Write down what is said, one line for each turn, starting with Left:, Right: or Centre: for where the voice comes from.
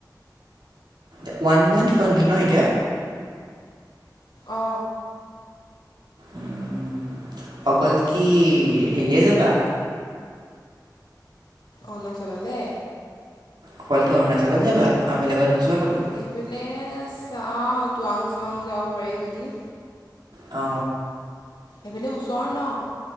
Right: ওৱান মান্থ বন্ধ ন এতিয়া?
Left: অ।
Right: উ অকল কি হেৰিয়ে যাবা?
Left: অৰুণাচললে
Right: অকল কি অৰুণাচলত যাবা আৰু বেলেগত নোযোৱা? ক'তো
Left: সেইফালে চাওঁ টুৱাং চুৱাং যাব পাৰি যদি।
Right: অ।
Left: এইফালে ওচৰ ন।